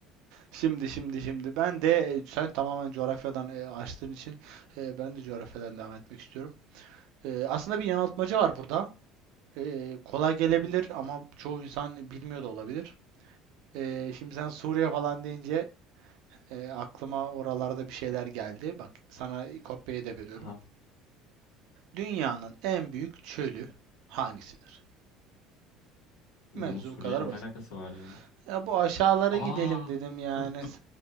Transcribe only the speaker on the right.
Şimdi şimdi şimdi ben de e, sen tamamen coğrafyadan e, açtığın için e, ben de coğrafyadan devam etmek istiyorum. E, aslında bir yanıltmaca var burada. E, kolay gelebilir ama çoğu insan bilmiyor da olabilir. Ee, şimdi sen Suriye falan deyince e, aklıma oralarda bir şeyler geldi. Bak sana kopyayı da veriyorum.
Dünyanın en büyük çölü hangisidir? Mevzu
bu kadar
basit.
Ya bu aşağılara
gidelim dedim yani.